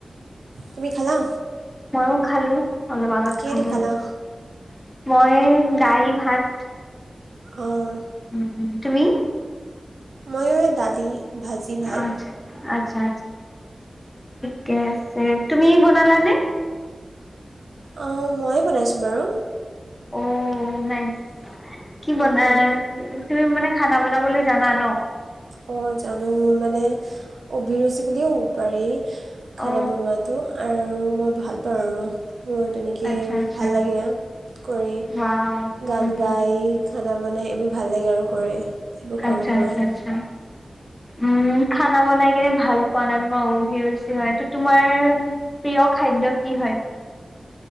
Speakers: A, on the right; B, on the left.
A: তুমি খালা?
B: মইও খালো। অলপ আগত
A: কিহেদি
B: খালোঁ
A: খালা
B: <unintelligible> মই দাইল, ভাত।
A: অ'।
B: উম উম তুমি?
A: মইও এ দালি ভাজি, ভাত।
B: আচ্ছা আচ্ছা, ঠিকে আছে, তুমি বনালানে?
A: অ' ময়ে বনাইছোঁ বাৰু।
B: অ' নাইছ। কি বনাই
A: উম,
B: তুমি মানে খানা বনাবলৈ জানা ন?
A: অঁ জানো মোৰ মানে অভিৰুচি বুলিয়ে ক'ব পাৰি। খানা
B: অ
A: বনোৱাতো আৰু মই ভাল পাওঁ আৰু মোৰ তেনেকেই
B: আচ্ছা আচ্ছা
A: ভাল লাগে কৰি
B: ৱাও
A: গান
B: উম হুম
A: গাই খানা বনাই এইবোৰ ভাল লাগে আৰু কৰি সেইবোৰ
B: আচ্ছা
A: কৰোঁ
B: আচ্ছা
A: মই
B: আচ্ছা উম খানা বনাই কিনে ভাল পোৱা নাই তোমাৰ অভিৰুচি হয় ত তোমাৰ প্ৰিয় খাদ্য কি হয়